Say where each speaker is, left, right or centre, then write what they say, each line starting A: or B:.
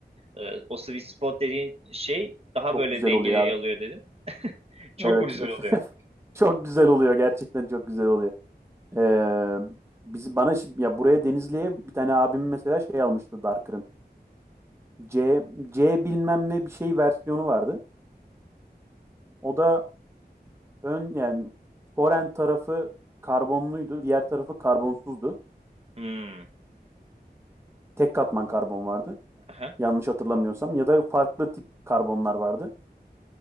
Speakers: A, on the right; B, on the right.
A: e, o sweet spot dediğin şey daha
B: Çok
A: böyle
B: güzel
A: dengeli
B: oluyor abi.
A: alıyor dedin. Çok
B: Evet.
A: mu güzel
B: <laughs>
A: oluyor?
B: Çok güzel oluyor. Gerçekten çok güzel oluyor. Ee, biz bana şi- ya buraya Denizli'ye bir tane abim mesela şey almıştı Darker'ın. C C bilmem ne bir şey versiyonu vardı. O da ön yani forend tarafı karbonluydu, diğer tarafı karbonsuzdu.
A: Hmm,
B: Tek katman karbon vardı.
A: aha,
B: Yanlış hatırlamıyorsam ya da farklı tip karbonlar vardı.